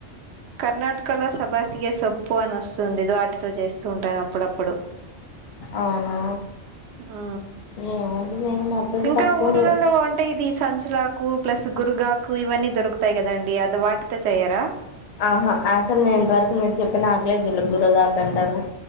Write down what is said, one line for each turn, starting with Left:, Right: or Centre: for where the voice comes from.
Right: కర్ణాటకలో సబాసిగ సొప్పు అని వస్తుంది వాటితో చేస్తూ ఉంటాను అప్పుడప్పుడు
Left: అవునా
Right: ఆ
Left: ఏమండి నేను మొత్తం
Right: ఇంకా
Left: తక్కువ
Right: ఊరుల్లలో అంటే ఇది సంచులాకు ప్లస్ గురగాకు ఇవన్నీ దొరుకుతాయి కదండీ అది వాటితో చేయరా
Left: ఆహా అసలు నేను ఇంతవరకు మీరు చెప్పిన ఆకులే జులే గురగాకు అంటారు